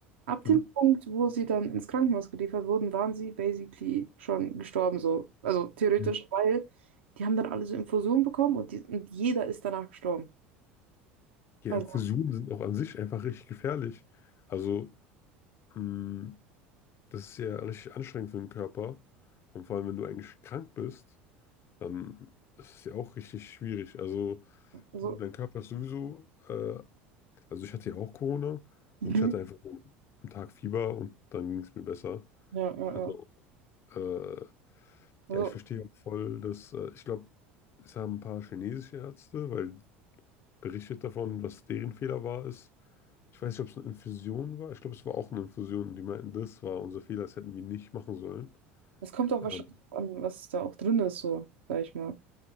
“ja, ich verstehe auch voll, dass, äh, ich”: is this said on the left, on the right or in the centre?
Left